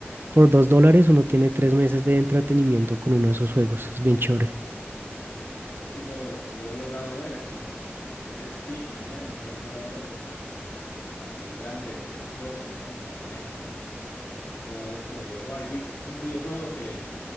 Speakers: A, on the right; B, on the left.
A: por dos dólares uno tiene tres meses de entretenimiento con uno de esos juegos. Es bien chévere.
B: Y lo, lo he logrado ver, es como ese Steam, al menos lo he logrado ver de, que es como de los grandes consorcios, ¿no? que manejan todo esto de los videojuegos. Y vi un videojuego que,